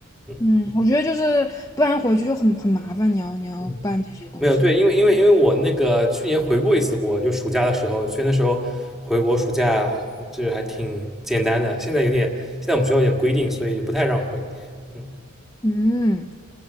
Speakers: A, in the centre; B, on the left.
A: 嗯。
B: 嗯，我觉得就是不然回去就很很麻烦，你要你要办这些东西。
A: 嗯，没有，对，因为因为因为我那个去年回过一次国，就暑假的时候，去那时候回国暑假就是还挺简单的，现在有点，现在我们学校有点规定，所以不太让回。嗯
B: 嗯，